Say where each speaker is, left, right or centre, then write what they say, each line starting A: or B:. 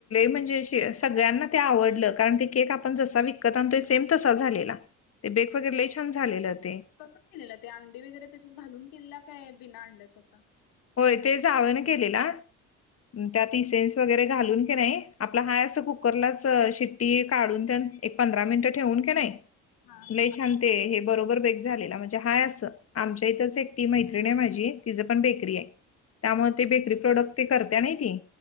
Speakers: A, on the left; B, on the left.
A: म्हणजे शे सगळ्यांना ते आवडलं. कारण ते केक, आपण जसा विकत आणतोय, सेम तसाच झालेला. ते बेक वगैरे लय छान झालेलं ते.
B: कस केलेलं ते अंडी वगैरे, त्याच्या घालून केलेला, काय बिना अंड्याचा होता.
A: होय ते जावनं केलेला त्यात इसेन्स, वगैरे घालून की नाहीयं. आपला हाय असं कुकरलाच शिट्टी काढून तेन, एक पंधरा मिनिटं ठेवून किनाहीयं.
B: हाआ.
A: लय छानं ते हे, बरोबर बेक झालेला म्हणजे हाय असं. आमच्या इथंच एकटी मैत्रिणी आहे माझी तिचं पण बेकरी आहे. त्यामुळे ती, बेकरी प्रोडक्ट ते, करत्या ना ती.